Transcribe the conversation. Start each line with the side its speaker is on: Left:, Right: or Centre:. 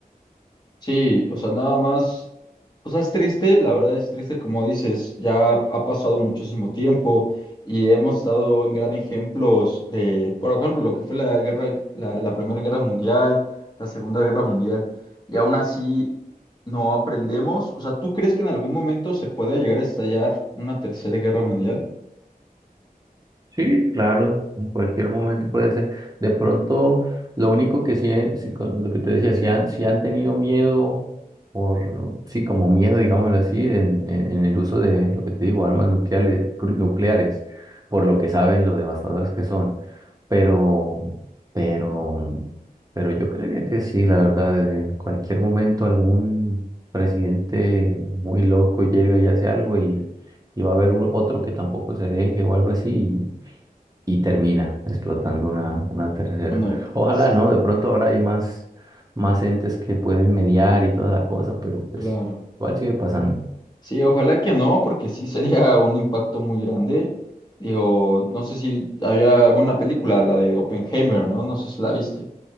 Left: Sí, o sea, nada más, o sea, es triste, la verdad es triste, como dices, ya ha pasado muchísimo tiempo y hemos estado en gran ejemplos de, por ejemplo, lo que fue la guerra, la, la Primera Guerra Mundial, la Segunda Guerra Mundial, y aún así no aprendemos. O sea, ¿tú crees que en algún momento se pueda llegar a estallar una tercera guerra mundial?
Right: Sí, claro, en cualquier momento puede ser. De pronto, lo único que sí, es, sí, con lo que te decía, si han, si han tenido miedo, por, sí, como miedo, digámoslo así, en, en, en el uso de, lo que te digo, armas nucleares, cru- nucleares, por lo que saben lo devastadoras que son. Pero, pero, pero yo creería que sí, la verdad, en cualquier momento algún presidente muy loco llega y hace algo y y va a haber un otro que tampoco se deje o algo así y termina explotando una, una tercera.
Left: No, Una-
Right: Ojalá,
Left: sí,
Right: ¿no? De pronto ahora hay más, más entes que pueden mediar y toda la cosa, pero pues
Left: claro.
Right: igual sigue pasando.
Left: Sí, ojalá que no, porque sí sería un impacto muy grande. Digo, no sé si había una película, la de Oppenheimer, ¿no? No sé si la viste.